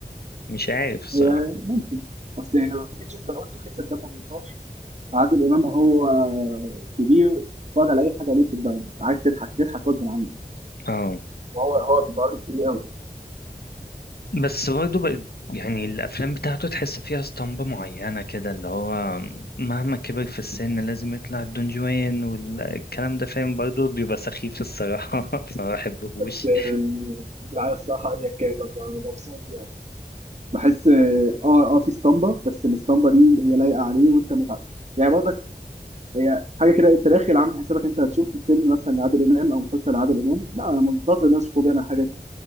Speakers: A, on the left; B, on the right.
A: مش عارف الصراحة
B: آه، ممكن اصل يعني لما تيجي تشوف لو قلت خفه الدم بتروح عادل امام هو كبير تتفرج على اي حاجه ليه بتبقى عايز تضحك تضحك غصب عنك
A: اه
B: وهو هو بيبقى عارف كتير قوي
A: بس برضه بقت يعني الأفلام بتاعته تحس فيها اسطمبة معينة كده اللي هو مهما كبر في السن لازم يطلع الدون جوان والكلام ده فاهم برضه بيبقى سخيف الصراحة <laughs> فما بحبهوش
B: بس آه، لا الصراحة أيا كان ببقى مبسوط يعني بحس اه اه في اسطمبه بس الاسطمبه دي هي لايقه عليه وانت متعب يعني برضك هي حاجه كده انت داخل عامل حسابك انت هتشوف فيلم مثلا لعادل امام او مسلسل لعادل امام لا انا منتظر الناس تشوفوا بيعمل الحاجه دي